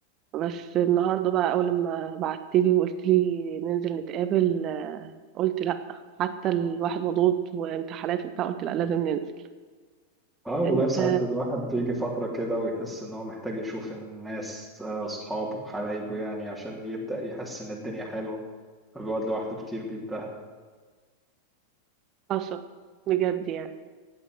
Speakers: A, on the right (about 35°); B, in the centre.
A: بس النهاردة بقى اول لما بعتلي وقلت لي ننزل نتقابل آه، قلت لا حتى الواحد مضغوط وامتحانات وبتاع قلت لا لازم ننزل
B: اه والله
A: انت
B: في ساعات الواحد بيجي فتره كده ويحس ان هو محتاج يشوف الناس آه، اصحابه وحبايبه يعني عشان يبدا يحس ان الدنيا حلوه بيقعد لوحده كتير بيتبهدل
A: حصل بجد يعني